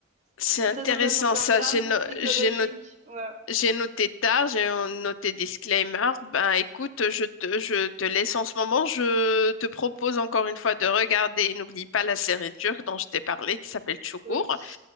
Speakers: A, on the left; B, on the right.
A: C'est
B: c'est
A: intéressant
B: très intéressant. C'est
A: ça.
B: un drame
A: J'ai no-
B: psychologique.
A: j'ai no-
B: Ouais.
A: j'ai noté tard, j'ai noté disclaimer. Ben écoute, je te, je te laisse en ce moment. Je te propose encore une fois de regarder. N'oublie pas la série turque dont je t'ai parlé qui s'appelle Çukur.
B: Oui,